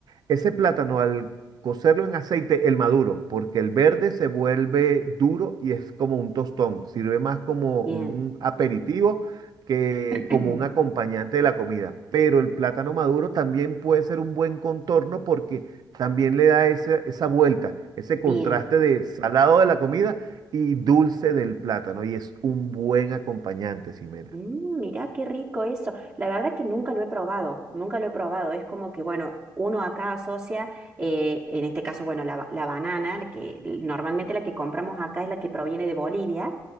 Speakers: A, on the right; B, on the right.
A: ese plátano al cocerlo en aceite, el maduro, porque el verde se vuelve duro y es como un tostón, sirve más como
B: bien,
A: un aperitivo que
B: <clears throat>
A: como un acompañante de la comida. Pero el plátano maduro también puede ser un buen contorno porque también le da ese- esa vuelta, ese
B: bien.
A: contraste de salado de la comida y dulce del plátano y es un buen acompañante, Ximena.
B: Mm, mirá qué rico eso. La verdad que nunca lo he probado, nunca lo he probado. Es como que, bueno, uno acá asocia, eh, en este caso, bueno, la, ba- la banana, la que normalmente la que compramos acá es la que proviene de Bolivia,